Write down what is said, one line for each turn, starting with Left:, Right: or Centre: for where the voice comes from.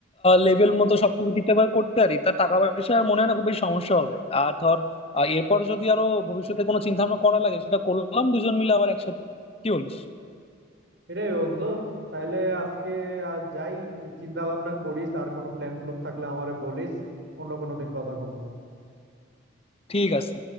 Left: লেভেল মতো সবকিছু ঠিকঠাক ভাবে করতে পারি তা টাকা পয়সা আর মনে হয় না খুব বেশি সমস্যা হবে আর ধর আহ, এরপর যদি আরো ভবিষ্যতে কোনো চিন্তা ভাবনা করা লাগে সেটা করলাম দুজন মিলে আবার একসাথে কি বলিস
Right: এটাই বন্ধু তাইলে আজকে আর যাই চিন্তা ভাবনা করিস আর কোনো প্ল্যান প্লুন থাকলে আমারে বলিস অন্য কোনো দিন কথা কমুনি
Left: ঠিক আছে